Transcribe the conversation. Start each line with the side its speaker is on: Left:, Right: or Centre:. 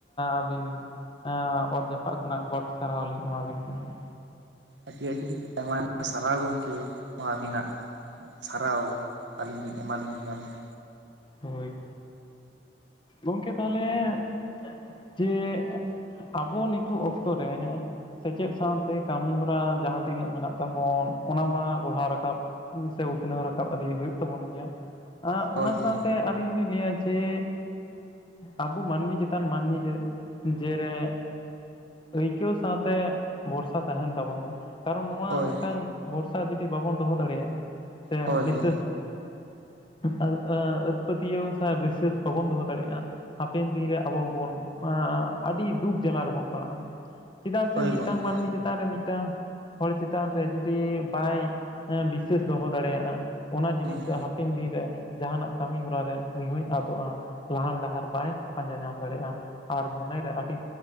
Left: ᱟᱹᱵᱤᱱ ᱚᱛ ᱡᱟᱯᱟᱜ ᱠᱷᱚᱱᱟᱜ, ᱜᱚᱴ ᱥᱟᱨᱦᱟᱣ ᱞᱤᱧ ᱮᱢᱟᱵᱤᱱ ᱠᱟᱱᱟ ᱾
Right: ᱟᱹᱰᱤ ᱟᱹᱰᱤ ᱟᱭᱢᱟ ᱟᱭᱢᱟ ᱥᱟᱨᱦᱟᱣ ᱜᱚᱢᱠᱮ, ᱱᱚᱣᱟ ᱟᱹᱵᱤᱱᱟᱜ ᱾ ᱥᱟᱨᱦᱟᱣ ᱟᱹᱞᱤᱧ ᱵᱤᱱ ᱮᱟᱞᱤᱧ ᱠᱟᱱ ᱾
Left: ᱦᱳᱭ, ᱜᱚᱝᱠᱮ ᱛᱟᱦᱚᱞᱮ ᱡᱮ ᱟᱵᱚ ᱱᱤᱛᱚᱜ ᱚᱠᱛᱚ ᱨᱮ ᱥᱮᱪᱮᱫ ᱥᱟᱶᱛᱮ ᱠᱟᱹᱢᱤ ᱦᱚᱨᱟ, ᱡᱟᱦᱟᱸ ᱛᱤᱱᱟᱹᱜ ᱢᱮᱱᱟᱜ ᱛᱟᱵᱚᱱ ᱚᱱᱟ ᱢᱟ ᱜᱚᱲᱦᱟᱣ ᱨᱟᱠᱟᱵ ᱥᱮ ᱩᱛᱱᱟᱹᱣ ᱨᱟᱠᱟᱵ ᱤᱫᱤ ᱦᱳᱭᱳᱜ ᱛᱟᱵᱚᱱ ᱜᱮᱭᱟ᱾
Right: ᱦᱳᱭ
Left: ᱚᱱᱟ
Right: ᱦᱳᱭ
Left: ᱜᱚᱝᱠᱮ ᱟᱹᱞᱤᱧ ᱦᱚᱞᱤᱧ ᱞᱟᱹᱭᱟ ᱡᱮ, ᱟᱵᱚ ᱢᱟᱹᱱᱢᱤ ᱪᱮᱛᱟᱱ ᱢᱟᱹᱱᱢᱤ ᱡᱮ ᱨᱮ ᱟᱹᱭᱠᱟᱹᱣ ᱥᱟᱶᱛᱮ ᱵᱷᱚᱨᱥᱟ ᱛᱟᱦᱮᱱ ᱛᱟᱵᱚᱱ ᱢᱟ ᱾ ᱠᱟᱨᱚᱱ ᱱᱚᱣᱟ
Right: ᱦᱳᱭ
Left: ᱢᱤᱫᱴᱟᱝ, ᱵᱚᱨᱥᱟ ᱡᱚᱫᱤ ᱵᱟᱵᱚᱱ ᱫᱚᱦᱚ ᱫᱟᱲᱮᱭᱟᱜᱼᱟ ᱾ ᱥᱮ
Right: ᱦᱳᱭ
Left: ᱵᱤᱥᱟᱹᱥ
Right: ᱦᱳᱭ
Left: ᱾ ᱟ ᱯᱟᱹᱛᱭᱟᱹᱣ ᱥᱮ ᱵᱤᱥᱟᱹᱥ ᱵᱟᱵᱚᱱ ᱫᱚᱦᱚ ᱫᱟᱲᱮᱜᱼᱟ ᱾ ᱦᱟᱯᱮᱱ ᱫᱤᱱᱨᱮ ᱟᱵᱚ ᱦᱚᱸᱵᱚᱱ, ᱟᱹᱰᱤ ᱫᱩᱠ ᱡᱟᱞᱟ ᱨᱮᱵᱚᱱ ᱯᱟᱲᱟᱜᱼᱟ ᱾ ᱪᱮᱫᱟᱜ ᱥᱮ ᱢᱤᱫᱴᱟᱝ
Right: ᱦᱳᱭ ᱜᱚᱢᱠᱮ
Left: ᱢᱟᱹᱱᱢᱤ ᱡᱮ ᱪᱮᱛᱟᱱ ᱨᱮ ᱢᱤᱫᱴᱟᱝ ᱦᱚᱲ ᱪᱮᱛᱟᱱ ᱨᱮ, ᱡᱩᱫᱤ ᱵᱟᱭ ᱵᱤᱥᱟᱹᱥ ᱫᱚᱦᱚ ᱫᱟᱲᱮᱭᱟᱜᱼᱟ ᱾ ᱚᱱᱟ ᱡᱤᱱᱤᱥ
Right: ᱦᱮᱸ
Left: ᱫᱚ, ᱦᱟᱯᱮᱱ ᱫᱤᱱ ᱨᱮ ᱡᱟᱦᱟᱱᱟᱜ ᱠᱟᱹᱢᱤ ᱦᱚᱨᱟ ᱨᱮ ᱱᱩᱭ ᱦᱚᱭ ᱟᱫᱚᱜᱼᱟ, ᱞᱟᱦᱟᱱ ᱰᱟᱦᱟᱨ ᱵᱟᱭ ᱯᱟᱸᱡᱟ ᱧᱟᱢ ᱫᱟᱲᱮᱭᱟᱜᱼᱟ ᱾ ᱟᱨ ᱢᱚᱱᱮᱨᱮ ᱟᱹᱰᱤ